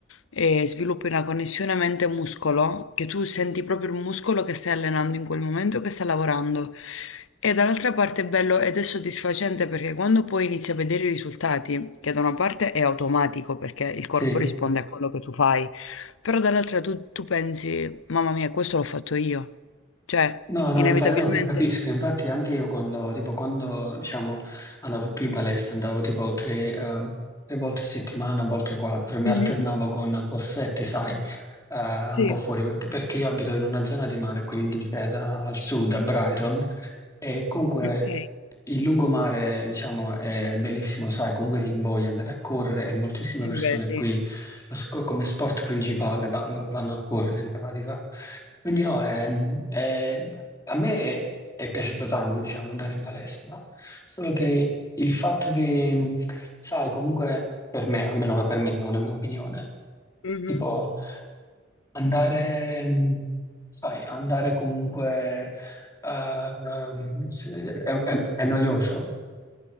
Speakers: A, on the left; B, on the left.
A: eh, sviluppi una connessione mente-muscolo, che tu senti proprio il muscolo che stai allenando in quel momento, che sta lavorando. E dall'altra parte è bello ed è soddisfacente perché quando poi inizi a vedere i risultati, che da una parte è automatico perché il corpo
B: Sì.
A: risponde a quello che tu fai, però dall'altra tu, tu pensi, mamma mia, questo l'ho fatto io. Cioè,
B: No, no,
A: inevitabilmente...
B: infatti, no, c- capisco, infatti anche io quando, tipo, quando, diciamo, andavo più in palestra, andavo tipo tre, ehm, tre volte a settimana, a volte quattro, e mi
A: Mhm,
B: alternavo con corsette, sai, eh,
A: Sì,
B: un po' fuori, per- perché io abito in una zona di mare qui in Inghilterra, al sud, a Brighton, e comunque
A: ok.
B: il lungomare, diciamo, è bellissimo, sai, comunque ti invoglia andare a correre e moltissime persone
A: Eh beh, sì.
B: qui, lo sc- come sport principale, va- vanno a correre in pratica. Quindi no, ehm, eh, a me è, è piaciuto tanto, diciamo, andare in palestra, solo che il fatto che, sai, comunque per me, almeno che per me, è una mia opinione,
A: Mhm.
B: tipo andare, mm, sai, andare comunque eh, ehm, se- è, è- è noioso,